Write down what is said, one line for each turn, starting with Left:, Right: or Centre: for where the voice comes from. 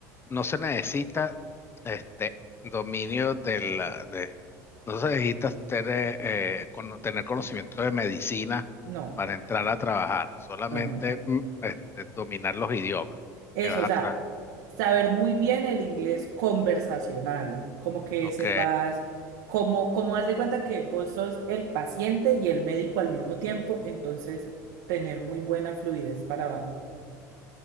Left: no se necesita este dominio del Entonces necesitas tener, eh, eh, cono- tener conocimiento de medicina
Right: No.
Left: para entrar a trabajar, solamente
Right: No, no.
Left: mm, este, dominar los idiomas
Right: Eso,
Left: que vas
Right: o
Left: atrás.
Right: sea, saber muy bien el inglés conversacional, como que
Left: Ok,
Right: sepas, como, como haz de cuenta que vos sos el paciente y el médico al mismo tiempo, entonces tener muy buena fluidez para